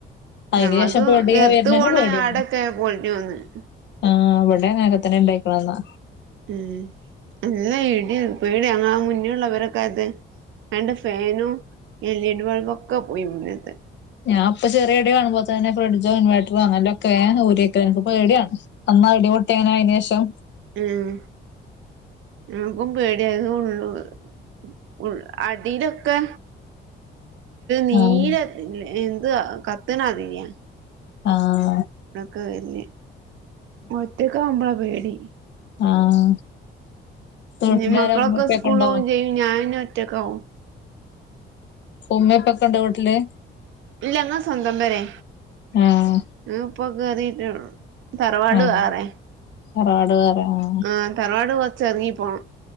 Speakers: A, on the left; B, on the right.
A: അയിനുശേഷം
B: ഞങ്ങൾത്
A: <unintelligible>
B: എർത്ത്
A: വരുന്നല്ലെ
B: പോണ
A: പേടിയാണ്
B: ആടൊക്കെ പൊളിഞ്ഞു വന്ന്
A: ആ ഇവിടെ അങ്ങനൊക്കെ തന്നെ ഉണ്ടായിക്കണ എന്നാ
B: ഉം അല്ല ഇടി പേടി ഞങ്ങ മുന്നേള്ളവരൊക്കെ അത് രണ്ട് ഫാനും എൽ ഇ ഡി ബൾബൊക്കെ പോയി മുന്നിത്തെ
A: ഞാ ഇപ്പൊ ചെറിയ ഇടി കാണുമ്പോ തന്നെ ഫ്രിഡ്ജോ ഇൻവേർട്ടറോ അങ്ങനൊക്കെ വേഹ ഊരി വെക്കാ എനക്ക് പേടിയാണ് എന്നാ ഇടിപൊട്ടിയന അയിന്ശേഷം
B: ഉം ൻക്കും പേടിയായത് ഉള്ളു <unintelligible> ഇതൊക്കെ നീര്
A: ആഹ്
B: എന്ത് കത്തിണ ആതിരിയാ
A: ആഹ്
B: ഇതൊക്കെ വല്ലേ ഒറ്റക്ക് ആവുമ്പോളാ പേടി
A: ആഹ്
B: ഇന്
A: വീട്ടിലാരാ
B: മക്കളൊക്കെ
A: ഉമ്മേം ഉപ്പേക്കെ
B: സ്കൂളോവേം
A: ഉണ്ടോ
B: ചെയ്യും ഞാനിന് ഒറ്റക്കാവും
A: ഉമ്മ <unintelligible> വീട്ടില്
B: ഇല്ല ഇങ്ങ സ്വന്തം പെരേ
A: ആഹ്
B: ഇപ്പൊ കേറീട്ടെ ഉള്ളു. തറവാട്
A: ആഹ്
B: വേറെ
A: തറവാട് വേറെ ആഹ്
B: ആ തറവാട് കൊച്ച് എറങ്ങി പോണം.